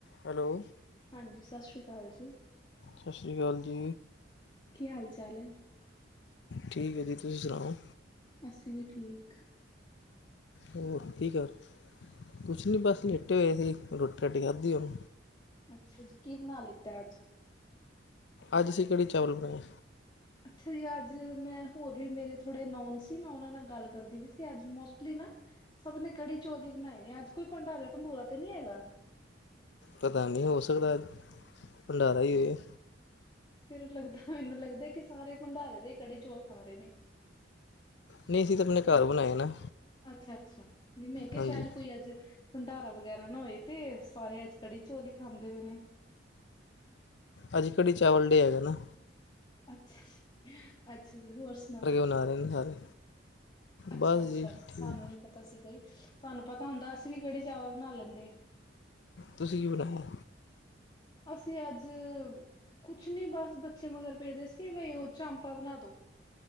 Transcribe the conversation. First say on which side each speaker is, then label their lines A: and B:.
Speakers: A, on the left (about 65°); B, on the left (about 25°).
A: Hello?
B: ਹਾਂਜੀ, ਸਾਸ਼੍ਰੀ ਕਾਲ ਜੀ।
A: ਸਸ਼੍ਰੀ ਕਾਲ ਜੀ।
B: ਕੀ ਹਾਲ ਚਾਲ ਐ?
A: ਠੀਕ ਏ ਜੀ ਤੁਸੀ ਸੁਣਾਓ?
B: ਅਸੀ ਵੀ ਠੀਕ।
A: ਹੋਰ ਕੀ ਕਰ ਕੁਛ ਨੀ ਬਸ, ਲੇਟੇ ਹੋਏ ਸੀ ਰੋਟੀ -ਰਾਟੀ ਖਾਧੀ ਹੁਨ।
B: ਅੱਛਾ ਜੀ, ਕੀ ਬਨਾ ਲਿੱਤਾ ਅੱਜ?
A: ਅੱਜ ਅਸੀ ਕੜੀ -ਚਾਵਲ ਬਨਾਏ।
B: ਅੱਛਾ ਜੀ, ਅੱਜ ਮੈ ਹੋਰ ਵੀ ਮੇਰੇ ਥੋੜ੍ਹੇ ਨੋਨ ਸੀ, ਮੈਂ ਓਨਾਂ ਨਾਲ ਗੱਲ ਕਰਦੀ ਵੀ ਸੀ ਅੱਜ ਮੋਸਟਲੀ ਨਾ ਸਭ ਨੇ ਕੜੀ ਚੋਲ ਈ ਬਨਾਏ ਨੇ ਅੱਜ ਕੋਈ ਭੰਡਾਰਾ -ਭੰਡੂਰਾ ਤੇ ਨੀ ਹੈਗਾ?
A: ਪਤਾ ਨੀ ਹੋ ਸਕਦੈ ਅਜ ਭੰਡਾਰਾ ਈ ਹੋਏ।
B: ਫਿਰ ਲੱਗਦਾ, ਮੈਨੂੰ ਲੱਗਦਾ ਕਿ ਸਾਰੇ ਭੰਡਾਰੇ ਦੇ ਈ ਕੜੀ-ਚੌਲ ਖਾ ਰੇ ਨੇ।
A: ਨਈ ਅਸੀ ਤੇ ਆਪਨੇ ਘਰ ਬਨਾਏ ਨਾ।
B: ਅੱਛਾ-ਅੱਛਾ, ਨੀ ਮੈਂ ਕਿਆ
A: ਹਾਂਜੀ
B: ਸ਼ਾਇਦ ਕੋਈ ਅੱਜ ਭੰਡਾਰਾ ਵਗੈਰਾ ਨਾ ਹੋਏ ਤੇ ਸਾਰੇ ਅੱਜ ਕੜੀ ਚੋਲ ਈ ਖਾਂਦੇ ਪਏ ਨੇ
A: ਅਜੱ ਕੜੀ -ਚਾਵਲ ਡੇ ਹੈਗਾ ਨਾ।
B: ਅੱਛਾ ਜੀ- ਅੱਛਾ ਜੀ ਹੋਰ ਸੁਣਾਓ?
A: ਬਨਾ ਰਏ ਨੇ ਸਾਰੇ।
B: ਅੱਛਾ
A: ਬਸ
B: -ਅੱਛਾ
A: ਜੀ ਠੀਕ
B: ਸਾਨੂੰ ਨੀ ਪਤਾ ਸੀ ਬਈ, ਸਾਨੂੰ ਪਤਾ ਹੁੰਦਾ ਅਸੀ ਵੀ ਕੜੀ -ਚਾਵਲ ਬਨਾ ਲੈਂਦੇ।
A: ਤੁਸੀ ਕੀ ਬਨਾਇਆ?
B: ਅਸੀ ਅੱਜ ਕੁਛ ਨੀ ਬਸ ਬੱਚੇ ਮਗਰ ਕੈਂਦੇ ਸੀ ਬਈ ਓ ਚਾਮਪਾ ਬਨਾ ਦੋ